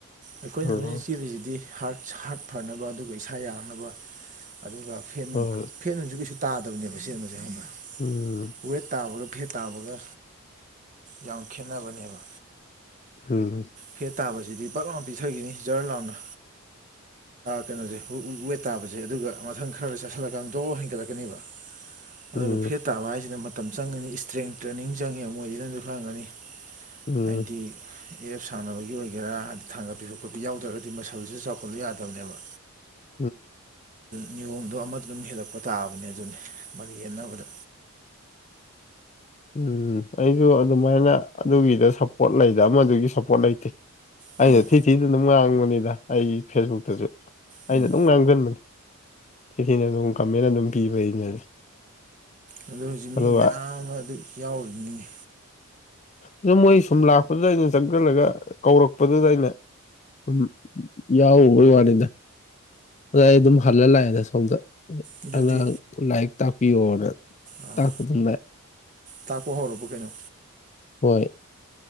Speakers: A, on the right (about 35°); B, on the left (about 30°).
A: ꯑꯩꯈꯣꯏꯅ
B: ꯍꯣꯏ
A: ꯂꯝꯖꯦꯜ ꯆꯦꯜꯂꯤꯁꯤꯗꯤ ꯍꯥꯔꯠ ꯍꯥꯔꯠ ꯐꯅꯕ ꯑꯗꯨꯒ ꯏꯁꯥ ꯌꯥꯡꯅꯕ ꯑꯗꯨꯒ
B: ꯍꯣꯏ
A: ꯐꯦꯠꯅꯨꯡ ꯐꯦꯠ ꯑꯣꯏꯅꯁꯨ ꯀꯩꯁꯨ ꯇꯥꯗꯕꯅꯦꯕ ꯁꯦꯝꯕꯁꯦ ꯈꯪꯉꯕꯥ
B: ꯎꯝ
A: ꯋꯦꯠ ꯇꯥꯕꯒ ꯐꯦꯠ ꯇꯥꯕꯒ ꯌꯥꯝ ꯈꯦꯠꯅꯕꯅꯦꯕ
B: ꯎꯝ
A: ꯐꯦꯠ ꯇꯥꯕꯁꯤꯗꯤ ꯄꯥꯛ ꯂꯥꯥꯎ ꯄꯤꯊꯈꯤꯅꯤ ꯖꯔ ꯂꯥꯎꯅ ꯀꯩꯅꯣꯁꯦ ꯋꯦꯠ ꯇꯥꯕꯁꯦ ꯑꯗꯨꯒ ꯃꯊꯪ ꯈꯔꯗ ꯆꯥꯁꯤꯜꯂꯀꯥꯟꯗꯣ ꯍꯦꯟꯒꯠꯂꯛꯀꯅꯦꯕ ꯑꯗꯨꯒ
B: ꯎꯝ ꯎꯝ
A: ꯐꯦꯠ ꯇꯥꯕ ꯍꯥꯏꯁꯤꯅ ꯃꯇꯝ ꯆꯪꯒꯅꯤ ꯏꯁꯇ꯭ꯔꯦꯡ ꯇ꯭ꯔꯦꯅꯤꯡ ꯆꯪꯉꯦꯕ ꯃꯣꯏꯁꯤꯅ ꯅꯪꯁꯨ ꯈꯪꯉꯝꯒꯅꯤ
B: ꯎꯝ
A: ꯍꯥꯏꯗꯤ ꯑꯦꯞ ꯁꯥꯡꯅꯕꯒꯤ ꯑꯣꯏꯒꯦꯔꯥ ꯊꯥꯡꯒꯠꯄꯤ ꯈꯣꯀꯠꯄꯤ ꯌꯥꯎꯗ꯭ꯔꯒꯗꯤ ꯃꯁꯜꯁꯤꯁꯨ ꯆꯥꯎꯈꯠꯂꯨ ꯌꯥꯗꯕꯅꯦꯕ
B: <inaudible>
A: ꯅꯤꯌꯣꯝꯗꯣ ꯑꯃꯗ ꯑꯗꯨꯝ ꯍꯦꯜꯂꯛꯄ ꯇꯥꯑꯕꯅꯦ ꯑꯗꯨꯅꯤ ꯃꯔꯤ ꯌꯦꯟꯅꯕꯗ
B: ꯎꯝ ꯑꯩꯁꯨ ꯑꯗꯨꯃꯥꯏꯅ ꯑꯗꯨꯒꯤꯗ ꯁꯞꯄꯣꯔꯠ ꯂꯩꯗ ꯑꯃꯗꯨꯒꯤ ꯁꯞꯄꯣꯔꯠ ꯂꯩꯇꯦ ꯑꯩꯅ
A: ꯎꯝ
B: ꯊꯤ ꯊꯤꯗ ꯑꯗꯨꯝ ꯉꯥꯡꯕꯅꯤꯗ ꯑꯩ ꯐꯦꯁꯕꯨꯛꯇꯁꯨ ꯑꯩꯅ
A: ꯎꯝ
B: ꯑꯗꯨꯝ ꯉꯥꯡꯁꯤꯟꯕꯅꯤ ꯁꯤꯤꯊꯤꯅ ꯑꯗꯨꯝ ꯀꯝꯃꯦꯟ ꯑꯗꯨꯝ ꯄꯤꯕ ꯑꯩꯅ
A: ꯑꯗꯨ ꯍꯧꯖꯤꯛ
B: ꯑꯗꯨꯒ
A: ꯃꯤ ꯃꯌꯥꯝ ꯑꯃ ꯑꯗꯨ ꯌꯥꯎꯅꯤꯡꯉꯤ
B: ꯑꯗꯨ ꯃꯣꯏ ꯁꯨꯝ ꯂꯥꯛꯄꯗꯨꯗ ꯑꯩꯅ ꯆꯪꯁꯤꯜꯂꯒ ꯀꯧꯔꯛꯄꯗꯨꯗ ꯑꯩꯅ ꯎꯝ ꯌꯥꯎꯎꯕꯣꯏ ꯋꯥꯅꯤꯗ ꯑꯗ ꯑꯩ ꯑꯗꯨꯝ ꯍꯜꯂ ꯂꯥꯛꯑꯦꯗ ꯁꯣꯝꯗ
A: ꯑꯗꯨꯗꯤ
B: ꯑꯉꯥꯡ ꯂꯥꯏꯔꯤꯛ ꯇꯥꯛꯄꯤꯌꯣꯅ
A: ꯑꯥ
B: ꯇꯥꯛꯄ ꯑꯗꯨꯝ ꯂꯥꯛꯑꯦ
A: ꯇꯥ ꯄꯣ ꯍꯣꯔꯕ ꯀꯩꯅꯣ
B: ꯍꯣꯏ